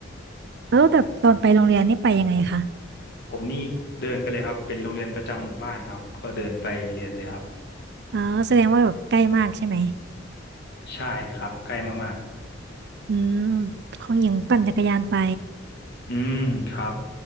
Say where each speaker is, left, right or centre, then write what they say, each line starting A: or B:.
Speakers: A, on the right; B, on the left.
A: แล้วแต่ตอนไปโรงเรียนนี่ไปยังไงคะ
B: ผมนี่เดินไปเลยครับเป็นโรงเรียนประจำหมู่บ้านครับก็เดินไปเรียนเลยครับ
A: อ๋อแสดงว่าแบบใกล้มากใช่ไหม
B: ใช่ครับใกล้มาก
A: อืมของหญิงปั่นจักรยานไป
B: ๆอืมครับ